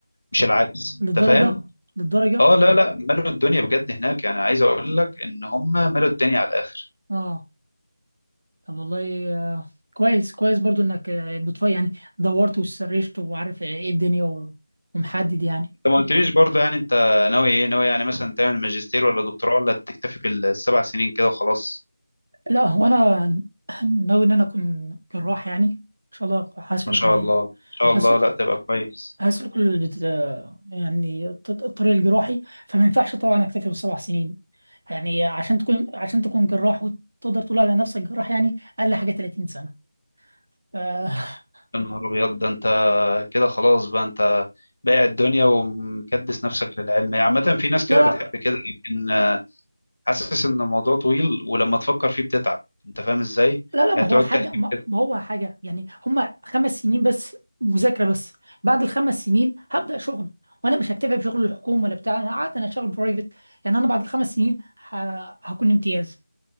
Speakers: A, on the left (about 70°); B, on the right (about 55°).
A: مش العكس
B: للدرجه
A: انت فاهم
B: للدرجه
A: اه لا لا ملوا الدنيا بجد هناك يعني عايز اقول لك ان هم ملوا الدنيا على الاخر
B: اه طب والله آه، كويس كويس برضو انك آه، بتفاي يعني دورت وسرشت وعارف ايه الدنيا و- ومحدد يعني
A: انت ما قلتليش برضه يعني انت ناوي ايه ناوي يعني مثلا تعمل ماجستير ولا دكتوراه ولا تكتفي بالسبع سنين كده وخلاص
B: لا هو انا <clears throat> ناوي ان انا اكون جراح يعني ان شاء الله هسلك
A: ما شاء
B: ال...
A: الله ما شاء
B: هس-
A: الله لا تبقى كويس
B: هسلك ال... بت- آه، يعني الط- الطريق الجراحي فما ينفعش طبعا اكتفي بالسبع سنين يعني عشان تكون عشان تكون جراح وتقدر تقول على نفسك جراح يعني اقل حاجه 30 سنه ف- <laughs>
A: يا نهار ابيض ده انت كده خلاص بقى انت بايع الدنيا ومكدس نفسك للعلم هي عامة في ناس كده
B: لا
A: بتحب
B: لا
A: كده لكن آه، حاسس ان الموضوع طويل ولما تفكر فيه بتتعب انت فاهم ازاي؟
B: لا لا
A: يعني
B: ما
A: تقعد
B: هو حاجة
A: تحكي
B: ما
A: كده
B: ما هو حاجة يعني هما خمس سنين بس مذاكرة بس بعد الخمس سنين هبدأ شغل وأنا مش هكتفي بشغل الحكومة ولا بتاع أنا قعدت أنا شغل برايفت يعني أنا بعد الخمس سنين ه... هكون امتياز